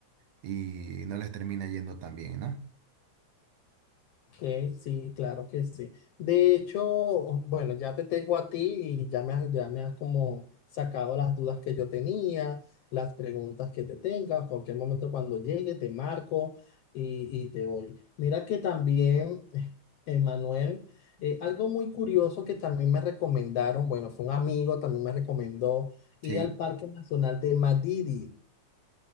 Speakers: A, on the right (about 65°); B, on the left (about 65°).
A: y no les termina yendo tan bien, ¿no?
B: Que sí, claro que sí. De hecho, bueno, ya te tengo a ti y ya me has, ya me has como sacado las dudas que yo tenía, las preguntas que te tengas. Cualquier momento cuando llegue te marco y, y te voy. Mira que también, <laughs> Emanuel, eh, algo muy curioso que también me recomendaron, bueno, fue un amigo, también me recomendó ir
A: Sí.
B: al Parque Nacional de Madidi.